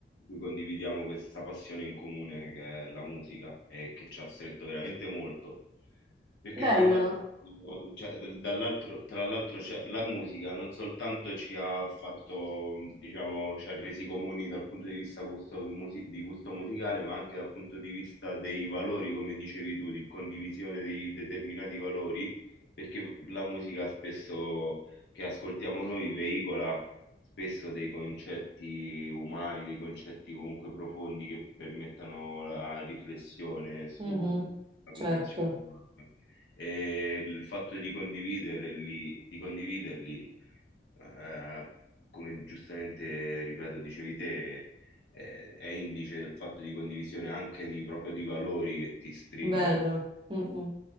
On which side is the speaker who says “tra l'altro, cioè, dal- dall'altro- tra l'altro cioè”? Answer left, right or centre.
Left